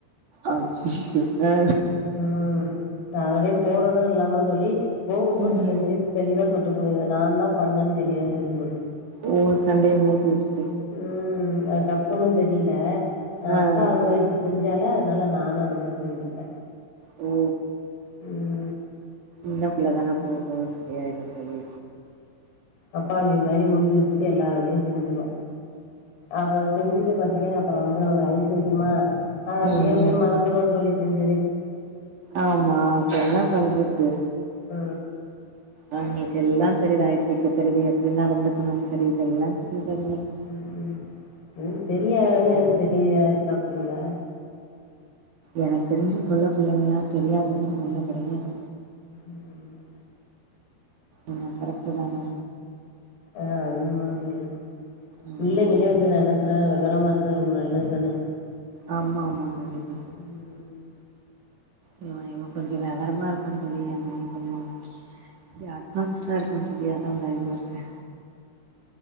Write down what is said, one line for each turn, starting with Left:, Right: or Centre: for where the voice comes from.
Right: அச்சசோ அ
Left: ம் அவர போறது இல்லாம தோழி போகும்போது
Right: ம்.
Left: விஷயத்துத்த தெளிவா சொல்ட்டு போது இவ நான்தா பண்ணன் தோழி <unintelligible> தோழி
Right: ஓ! சண்டைய மூட்டி விட்டுட்டு.
Left: ம் அது டப்புன்னு தெரிய்ல ஏ
Right: ஆ,
Left: அக்கா அது மாரி
Right: ஆ.
Left: இப்ப செ செஞ்சால அதனால நானு அது மாரி செஞ்சுர்க்க
Right: ஓ
Left: ம்
Right: ன்ன பிள்ளதான போ போக சரியாய்டு தோழி
Left: அப்பாவி மாரி மூஞ்ச வச்சுட்டு எல்லா வேலையு செஞ்சிரு அப்பறொ செஞ்சுட்டு பாத்தீங்கனா அப்பறொ வந்து ஒரு ஐஸ் வெக்கிமா அது அப்டே
Right: ம்,
Left: அப்டே
Right: ம்.
Left: மறந்துரு தோழி செஞ்சதே
Right: ஆமா அப்ப என்னா பண்றது
Left: ஆ
Right: ஆவ்ங்களுக்கு எல்லா தெரியிது ஐஸ் வெக்க தெரியிது எப்டி நடந்துக்கணூன் தெரியிது எல்லா தெரியிது அதுங்களுக்
Left: ம் <unintelligible> அப்டிங்ளா
Right: எனக் தெரிஞ்சி இப்ப உள்ள புள்ளைங்களா தெரியாததுன் ஒன்னு கடையாது
Left: ம்
Right: என்ன கரெக்ட்டு தான
Left: ஆ அது உண்மதா தோழி
Right: ம்
Left: பிள்ளைங்களே வந்து நல்லா <unintelligible> வெவரமா இருக்குறது ரொம்ப நல்லது தான
Right: ஆமா ஆமா கண்டிப்பா கண்டிப்பா
Left: ம்.
Right: இவ இவ கொஞ்சொ வெவரமா இருக்கா தோழி என்ன கொஞ்சொ இப்டி அட்வான்ஸ்டா இருக்கா தோழி அதா பயமா இருக்கு